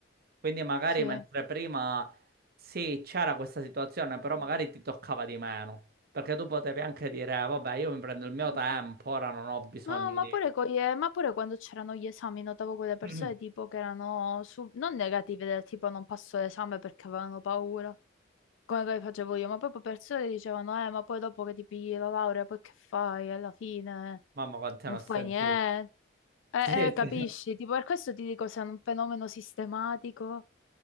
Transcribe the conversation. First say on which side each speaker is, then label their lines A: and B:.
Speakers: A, on the right; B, on the left.
A: Quindi magari
B: sì,
A: mentre prima sì, c'era questa situazione, però magari ti toccava di meno, perché tu potevi anche dire, "Eh, vabbè, io mi prendo il mio
B: sì.
A: tempo, ora non ho bisogno
B: No, ma
A: di...
B: pure, co- eh, ma pure quando c'erano gli esami notavo quelle persone
A: <clears throat>
B: tipo che erano su- non negative del tipo non passo l'esame perché avevano paura, come che facevo io, ma proprio persone che dicevano eh ma poi dopo che ti pigli la laurea poi che fai? Alla fine
A: Mamma, quante
B: non
A: ne ho
B: fai
A: sentito.
B: niente. Eh,
A: <laughs> Sì,
B: eh, capisci?
A: sì.
B: Tipo per questo ti dico se è un fenomeno sistematico